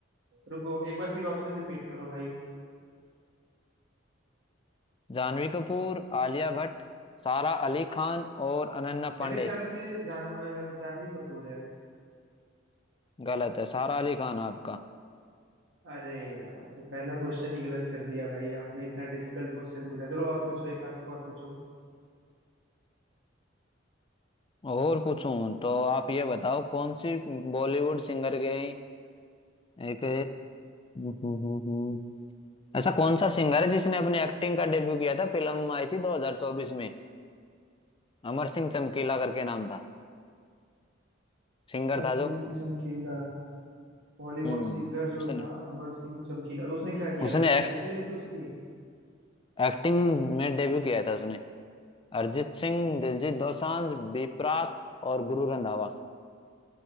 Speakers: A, on the right; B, on the left.
A: रुको एक बार फिर ऑप्शन रिपीट करो भाई
B: जानवी कपूर आलिया भट्ट सारा अली खान और अनन्या
A: मेरे
B: पांडे
A: ख्याल से जान अ, जानवी कपूर है
B: गलत है सारा अली खान आपका
A: अरे यार पहला क्वेश्चन ही गलत कर दिया भाई आपने इतना डिफिकल्ट क्वेश्चन पूछा चलो और पूछो एक आध को और पूछो
B: और पूछूं तो आप ये बताओ कौन सी बॉलीवुड सिंगर गई एक <laughs> ऐसा कौन सा सिंगर है जिसने अपने एक्टिंग का डेब्यू किया था फिल्म आई थी 2024 में अमर सिंह चमकीला करके नाम था सिंगर
A: अमर
B: था
A: सिंह
B: जो
A: चमकीला बॉलीवुड
B: हम्म
A: सिंगर जो
B: उसने
A: था अमर सिंह चमकीला तो उसने क्या किया
B: उसने
A: था कोई
B: एक,
A: मूवी आई थी उसकी
B: एक्टिंग में डेब्यू किया था उसने अरिजीत सिंह दिलजीत दोसांझ बीपराग और गुरु रंधावा